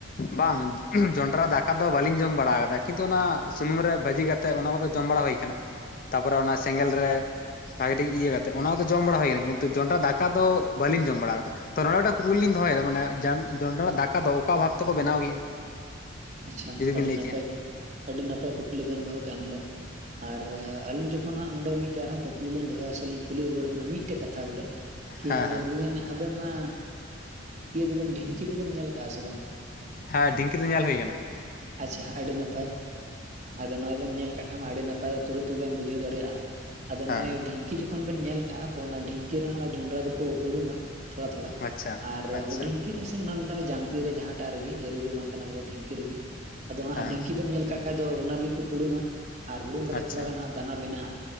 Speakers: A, on the left (about 45°); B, on the right (about 35°).
A: ᱵᱟᱝ ᱡᱚᱱᱰᱨᱟ ᱫᱟᱠᱟ ᱫᱚ ᱵᱟᱹᱞᱤᱧ ᱡᱚᱢ ᱵᱟᱲᱟ ᱠᱟᱫᱟ ᱠᱤᱱᱛᱩ ᱚᱱᱟ ᱥᱩᱱᱩᱢ ᱨᱮ ᱵᱷᱟᱹᱡᱤ ᱠᱟᱛᱮᱫ ᱚᱱᱟ ᱠᱚᱫᱚ ᱡᱚᱢ ᱵᱟᱲᱟ ᱦᱩᱭ ᱠᱟᱱᱟ, ᱛᱟᱯᱚᱨᱮ ᱚᱱᱟ ᱥᱮᱸᱜᱮᱞ ᱨᱮ ᱵᱷᱟᱜᱤ ᱴᱷᱤᱠ ᱤᱭᱟᱹ ᱠᱟᱛᱮ ᱚᱱᱟ ᱠᱚᱫᱚ ᱡᱚᱢ ᱵᱟᱲᱟ ᱦᱩᱭ ᱟᱠᱟᱱᱟ ᱠᱤᱱᱛᱩ ᱡᱚᱱᱰᱨᱟ ᱫᱟᱜᱼᱼ ᱫᱟᱠᱟ ᱫᱚ ᱵᱟᱹᱞᱤᱧ ᱡᱚᱢ ᱵᱟᱲᱟ ᱟᱠᱟᱫᱟ᱾ ᱛᱚ ᱱᱚᱸᱰᱮ ᱢᱤᱫᱴᱟᱜ ᱠᱩᱠᱞᱤ ᱞᱤᱧ ᱫᱚᱦᱚᱭᱮᱫᱟ ᱢᱟᱱᱮ ᱡᱚᱱᱰᱨᱟ ᱫᱟᱠᱟ ᱫᱚ ᱚᱠᱟ ᱵᱷᱟᱵᱽ ᱛᱮᱠᱚ ᱵᱮᱱᱟᱣ ᱜᱮᱭᱟ?
B: ᱟᱪᱪᱷᱟ
A: ᱡᱩᱫᱤ
B: ᱟᱹᱰᱤ
A: ᱵᱤᱱ ᱞᱟᱹᱭ
B: ᱱᱟᱯᱟᱭ
A: ᱠᱮᱭᱟ
B: ᱟᱹᱰᱤ ᱱᱟᱯᱟᱭ ᱠᱩᱠᱞᱤ ᱵᱮᱱ ᱫᱚᱦᱚ ᱠᱮᱜᱼᱟ ᱱᱚᱰᱮᱼ ᱟᱨ ᱟᱹᱞᱤᱧ ᱡᱚᱠᱷᱚᱱ ᱦᱟᱸᱜ ᱱᱚᱰᱮ ᱢᱤᱫᱴᱮᱡ ᱟᱨᱦᱚᱸ ᱠᱩᱠᱞᱤ ᱞᱤᱧ ᱫᱚᱦᱚᱭᱟ ᱥᱮ ᱞᱤᱧ ᱠᱩᱞᱤ ᱨᱩᱣᱟᱹᱲ ᱵᱮᱱᱟ ᱢᱤᱫᱴᱮᱡ ᱠᱟᱛᱷᱟ ᱵᱚᱞᱮ? <unintelligible>
A: ᱦᱮᱸ ᱦᱮᱸ
B: ᱟᱵᱮᱱ ᱚᱱᱟ ᱤᱭᱟᱹ ᱫᱚᱵᱮᱱ ᱰᱷᱤᱝ ᱠᱤ ᱫᱚᱵᱮᱱ ᱧᱮᱞ ᱟᱠᱟᱫᱼᱟ ᱥᱮ ᱵᱟᱝ?
A: ᱦᱮᱸ ᱰᱷᱤᱝ ᱠᱤ ᱫᱚ ᱧᱮᱞ ᱦᱩᱭᱠᱟᱱᱟ᱾
B: ᱟᱪᱪᱷᱟ ᱟᱹᱰᱤ ᱱᱟᱯᱟᱭ᱾ ᱟᱫᱚ ᱱᱚᱜᱚᱭ ᱵᱮᱱ ᱧᱮᱞ ᱠᱟᱜ ᱠᱷᱟᱱ ᱢᱟ ᱟᱹᱰᱤ ᱱᱟᱯᱟᱭ ᱛᱩᱨᱟᱹᱛ ᱜᱮᱵᱮᱱ ᱵᱩᱡᱷᱟᱹᱣ ᱫᱟᱲᱮ ᱭᱟᱜᱼᱟ ᱟᱫᱚ
A: ᱦᱮᱸ
B: ᱱᱚᱜᱼᱚᱭ ᱰᱷᱤᱝᱼᱼ ᱰᱷᱤᱸᱝ ᱠᱤ ᱡᱚᱠᱷᱚᱱ ᱵᱮᱱ ᱧᱮᱞ ᱠᱟᱜᱼᱟ ᱛᱚ ᱚᱱᱟ ᱰᱷᱤᱝᱠᱤ ᱨᱮ ᱚᱱᱟ ᱡᱚᱸᱰᱨᱟ ᱫᱚᱠᱚ ᱦᱩᱲᱩᱝᱼᱟ᱾ ᱛᱷᱚᱲᱟ ᱛᱷᱚᱲᱟ
A: ᱟᱪᱪᱷᱟ
B: ᱟᱨ
A: ᱟᱪᱪᱷᱟ
B: ᱦᱩᱰᱝᱼᱼ ᱥᱮ ᱚᱱᱟ ᱢᱮᱛᱟᱜ ᱢᱮ ᱡᱟᱱᱛᱤ ᱨᱮ ᱡᱟᱦᱟᱸᱴᱟᱜ ᱨᱮᱜᱮ ᱡᱟᱹᱨᱩᱨᱤ ᱵᱟᱝ ᱠᱟᱱᱟ ᱵᱚᱞᱮ ᱰᱷᱤᱝᱠᱤ ᱨᱤᱜᱤ ᱟᱫᱚ ᱦᱟᱸᱜ
A: ᱦᱮᱸ
B: ᱰᱷᱤᱝᱠᱤ ᱵᱮᱢ ᱧᱮᱞᱼᱼ ᱠᱟᱜ ᱠᱷᱟ ᱫᱚ ᱚᱱᱟ ᱨᱮᱜᱮ ᱠᱚ ᱦᱩᱝᱼᱟ ᱟᱨ ᱦᱩᱝ ᱠᱟᱛᱮ
A: ᱟᱪᱪᱷᱟ
B: ᱛᱷᱟᱟᱱ ᱫᱟᱱᱟ ᱵᱮᱱᱟᱜᱼᱟ